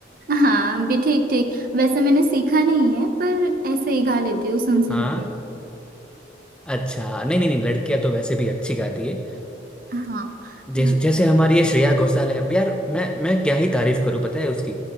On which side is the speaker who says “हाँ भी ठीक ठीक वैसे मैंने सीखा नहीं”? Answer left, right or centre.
Right